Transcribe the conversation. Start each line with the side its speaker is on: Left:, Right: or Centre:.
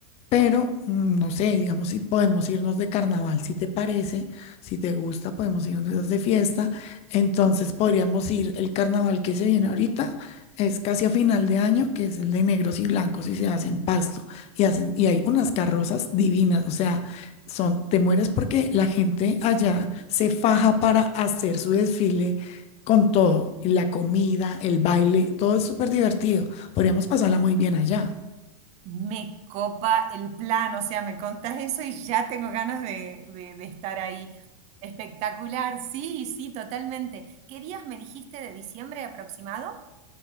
Left: Pero, mm, no sé, digamos, si podemos irnos de carnaval, si te parece, si te gusta, podemos irnos de fiesta. Entonces podríamos ir, el carnaval que se viene ahorita es casi a final de año, que es el de negros y blancos y se hacen pasto y hacen, y hay unas carrozas divinas, o sea, son, te mueres porque la gente allá se faja para hacer su desfile con todo, y la comida, el baile, todo es súper divertido. Podríamos pasarla muy bien allá.
Right: Me copa el plan, o sea, me contás eso y ya tengo ganas de, de- de estar ahí. Espectacular, sí, sí, totalmente. ¿Qué días me dijiste de diciembre aproximado?